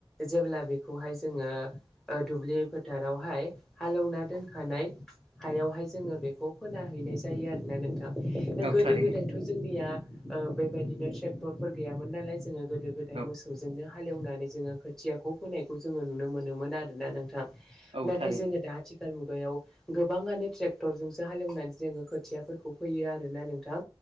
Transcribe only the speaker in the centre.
जेब्ला बेखौहाय जोङ दुब्लि फोथारावहाय हालवना मोनखानाय हायावहाय जोङो बेखौ फोना हैैनाय जायो आरोना नोंथां।
गोदो
गोदायथ' जोंनिया बेबायदिनो ट्रेक्टरफोर गैयामोन नालाय जोङो गोदो गोदाय
मोसौजोंनो हाल एवनानै जोङो खोथियाखौ फोनायखौ जोङो नुनो मोनोमोन आरोना नों
<unintelligible> नाथाय
जोङो दा आथिखाल मुगायाव गोबाङानो ट्रेक्टरजोंसो हालेवनानै जोङो खोथियाफोरखौ फैयो आरोना नोंथां।